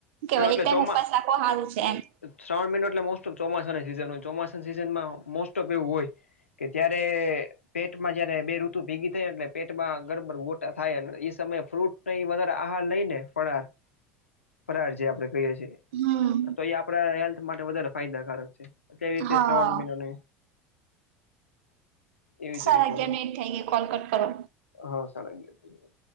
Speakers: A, on the right; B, on the left.
A: વાય
B: એટલે
A: એક ટાઈમ
B: ચોમા
A: ઉપવાસ રાખો હાલું છે એમ.
B: શ્રાવણ મહિનો એટલે મોસ્ટ ઓફ ચોમાસાની સીઝન હોય ચોમાસા સીઝનમાં મોસ્ટ ઓફ એવું હોય. કે ત્યારે પેટમાં જયારે બે ઋતુ ભેગી થાય એટલે પેટમાં ગડબડ ગોટા થાય એ સમયે ફ્રૂટ ન વધારે આહાર લઈ ને પડાર ફરાર છે આપણેે કહીએ છીએ
A: હમ
B: તો એ આપણા હેલ્થ માટે વધારે ફાયદાકારક છે. કેવી રીતે
A: હા
B: શ્રાવણ મહિનો ન એવી
A: તો સાર
B: જ રીતે
A: અગિયાર
B: હોય
A: મિનિટ
B: છે
A: થઈ ગઈ કોલકટ કરો.
B: હા સારા ગયા થઈ.